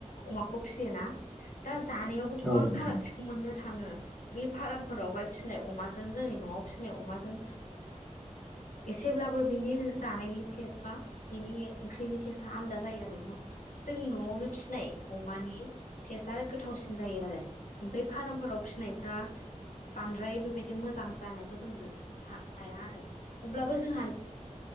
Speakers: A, on the left (about 80°); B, in the centre.
A: अमाखौ फिसियोना दा जानायावबो
B: औ
A: गोबां
B: औ नोंथां
A: फारागथिखौ मोननो थाङो बे फारमफोरावहाय फिसिनाय अमाजों जोंनि न'आव फिसिनाय अमाजों एसेब्लाबो बिनि जानायनि टेस्ट बा बिनि ओंख्रिनि टेस्टआ आलदा जायो आरो जों न'आवनो फिनाय अमानि टेस्टआ गोथावसिन जायो आरो बफ्राय फार्मफोराव फिनायफ्रा बांद्राय बेबायदि मोजां जानाय खौ जों मोननो हाया आरो अब्लाबो जोंहा